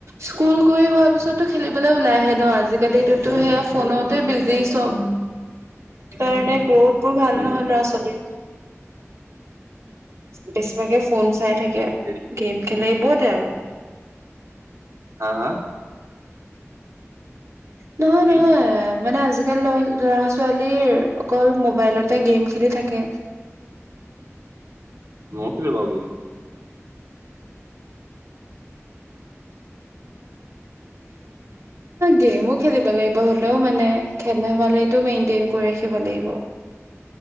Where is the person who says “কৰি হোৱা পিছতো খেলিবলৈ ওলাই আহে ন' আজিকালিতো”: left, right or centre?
Right